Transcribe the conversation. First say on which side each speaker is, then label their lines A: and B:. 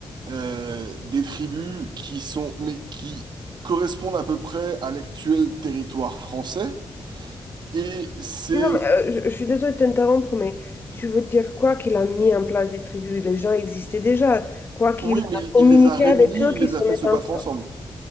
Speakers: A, on the right; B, on the left.
A: euh, des tribus qui sont, mais qui correspondent à peu près à l'actuel territoire français, et c'est,
B: Non, mais euh, je, je suis désolée de t'interrompre, mais tu veux dire quoi qu'il a mis en place des tribus? Les gens existaient déjà. Quoi qu'il
A: oui,
B: a
A: mais il
B: communiqué
A: il les a réunis,
B: avec eux,
A: il
B: qu'ils
A: les
B: se
A: a fait
B: mettent
A: se
B: ensemble.
A: battre ensemble.